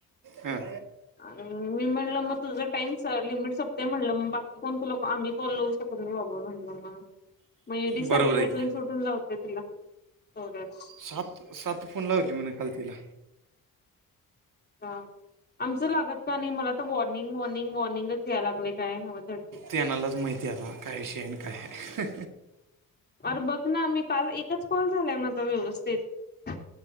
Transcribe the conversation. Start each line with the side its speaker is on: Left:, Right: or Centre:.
Right: हम
Left: मी म्हणलं मग तुझं टाईम स लिमिट सोपतेय म्हणलं मग बाकी कोण तुला आम्हीलो तुमी वाल मयुरी सारखं
Right: बरोबर आहे
Left: उठून
Right: की
Left: सुटून लावते तिला सो्याला
Right: सात सात फोन लावली म्हणा काल तिला
Left: ह आमचं लागत का नाही मला तर वॉर्निंग वॉर्निंग वॉर्निंगच यायला लागले काय नव झडप
Right: तेनालाच माहिती आता काय विषय आणि काय
Left: अरे बघ ना मी काल एकच कॉल झालाय माझा व्यवस्थेत